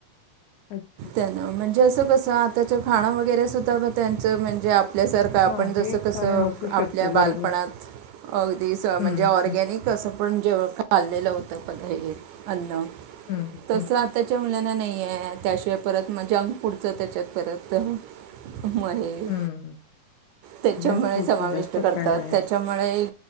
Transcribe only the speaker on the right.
णजे अस कस आता खाणं वगरे सुधा त्यांच म्हणजे आपल्यासारं तर आपण
जसं
कसं
आपल्या
बालपणात
अगदी स
म्हणजे ऑर्गॅनिक
कसं पण जेव खललेलं होतं पण हे अन्न
तस
आताच्या मुलांना नाहीय त्याशिवाय परत मग जंक फूडचं त्याच्यात परत महे
त्याच्यामुळे
समाविष्ट
करतात
त्याच्यामुळे